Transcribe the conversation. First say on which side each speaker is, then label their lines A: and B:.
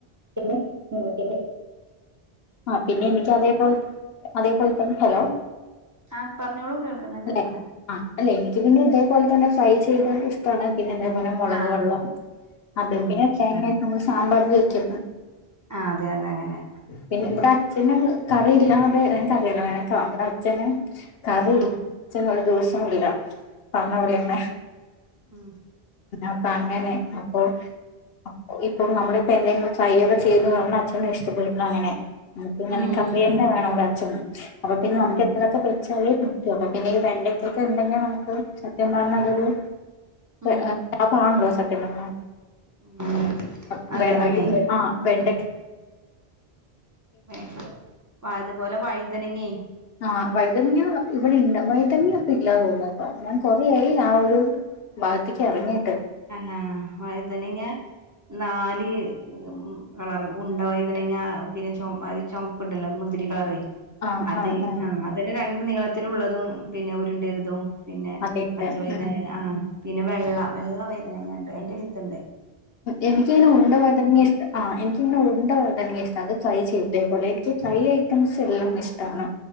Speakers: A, on the right; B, on the left.
A: പിന്നെ <unintelligible>
B: ആ പിന്നെ എനിക്ക് അതേപോലെ അതേപോലെ തന്നെ ഹലോ
A: ആ പറഞ്ഞോളൂ കേൾക്കുന്നുണ്ട്
B: അല്ലെ
A: പറയാം
B: ആ അല്ലേ എനിക്ക് പിന്നെ ഇതേപോലെ തന്നെ ഫ്രൈ ചെയ്താലും ഇഷ്ട്ടാണ് പിന്നെ അതേപോലെ മുളക്
A: ആഹ്
B: വെള്ളം അത്
A: ഉം
B: പിന്നെ
A: ഇഷ്ടാണ്
B: തേങ്ങക്കെ നമ്മൾ സാമ്പാർ വെക്കുന്ന
A: ആ അതെ അതെ അങ്ങനെ
B: പിന്നെ ഇവിടെ അച്ഛൻ കറിയില്ലാതെ <unintelligible> അച്ഛന് കറി
A: ഉം
B: ഇൽ അച്ഛന് ഒരു ദിവസം ഇല്ല പറഞ്ഞ പടി
A: ഉം
B: തന്നെ
A: ഉം
B: ഇപ്പ അങ്ങനെ അപ്പൊ അപ് ഇപ്പ നമ്മളിപ്പോ എന്തെങ്കിലും ട്രൈ ഒക്കെ ചെയ്ത് <unintelligible> അച്ഛന് ഇഷ്ടപ്പെടണം അങ്ങനെ നമുക്ക് ഇങ്ങനെ
A: ഉം
B: കറി തന്നെ വേണം ഇവിടെ അച്ഛനും അപ്പൊ പിന്നെ
A: ഉം
B: നമുക്ക് എന്തൊക്കെ വെച്ചാലേ അപ്പൊ പിന്നെ ഈ വെണ്ടയ്ക്കൊക്കെന്തെങ്കാ നമുക്ക് സത്യം പറഞ്ഞാ അതൊരു ത്
A: ഉം
B: അ <unintelligible> ആണോ സത്യം പറഞ്ഞാ
A: ഉം
B: അപ്
A: നല്ലതാണേ
B: വെ അ ഇ അ വെണ്ടയ്ക്ക്
A: <unintelligible> അതുപോലെ വഴുതനങ്ങി -
B: ആഹ് വഴുതനങ്ങ ഇവിടെ ഇല്ല വഴുതനങ്ങയൊക്കെ ഇല്ലാ തോന്നുന്നു പ്പോ ഞാൻ കൊറെയായി ആ ഒരു ഭാഗത്തേക്ക് ഇറങ്ങിട്ട്
A: ആ ആഹ്‌ വയതനങ്ങ നാല് ഉം കളറ് ഉണ്ട വൈതനങ്ങ പിന്നെ ചൊ അഹ്‌ ചുമപ്പു ണ്ടല്ലോ മുന്തിരി കളറ്
B: ആ
A: അത്
B: ആ ആ
A: ആഹ്‌ അതെന്നെ രണ്ണ്ട് നീളത്തിലുള്ളതും പിന്നെ ഉരുണ്ടേതും. പിന്നെ
B: അതെ
A: പച്ചവയ്തന
B: അതെ ഉം
A: ആഹ്‌ പിന്നെ വെള്ള വെള്ള വയ്തനങ്ങണ്ട് അതിന്റെ വിത്ത്ണ്ട്.
B: എനിക്കങ്ങനെ ഉണ്ടവയ്തനങ്ങ ഇഷ് ആഹ്‌ എനിക്കിങ്ങനെ ഉണ്ട വയ്തനങ്ങ ഇഷ്ട അത്ഫ്രൈ ചെയ്തേ ഇതെ പോലെ എനിക്ക് ഫ്രൈ ഐറ്റംസ് എല്ലാം ഇഷ്ടണ്.